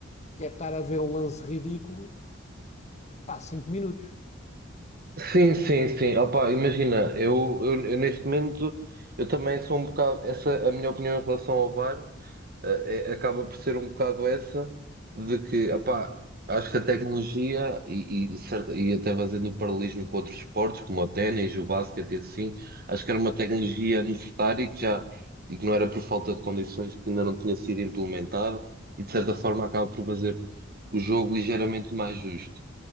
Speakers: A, on the left; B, on the right.
A: que é estar a ver um lance ridículo, pá, cinco minutos.
B: sim, sim. sim. Opa, imagina, eu, eu, eu neste momento eu também sou um bocado. Essa, a minha opinião em relação ao VAR eh, é- acaba por ser um bocado essa, de que, opá, acho que a tecnologia e, e, certa- e até fazendo o paralelismo com outros esportes, como o ténis, o basquete e assim, acho que era uma tecnologia necessária e que já e que não era por falta de condições que ainda não tinha sido implementada e de certa forma acaba por fazer o jogo ligeiramente mais justo.